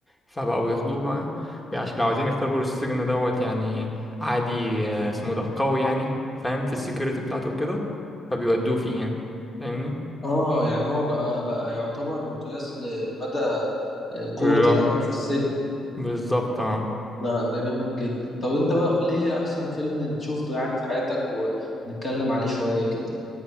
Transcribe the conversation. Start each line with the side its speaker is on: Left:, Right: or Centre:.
Centre: فبقوا ياخدوه بقى يعني عشان لو عايزين يختبروا السجن دوت يعني عادي آه، اسمه ده قوي يعني فاهم في السكيورتي بتاعته وكده فبيودوه فيه يعني فاهمني
Left: اه يعني هو بقى بقى يعتبر مقياس لمدى آه، قوة
Centre: بيلعب
Left: الأمان في السجن
Centre: بالظبط اه
Left: لا ده جامد جدا طب انت بقى قول لي ايه احسن فيلم انت شفته يعني في حياتك ونتكلم عليه شوية كده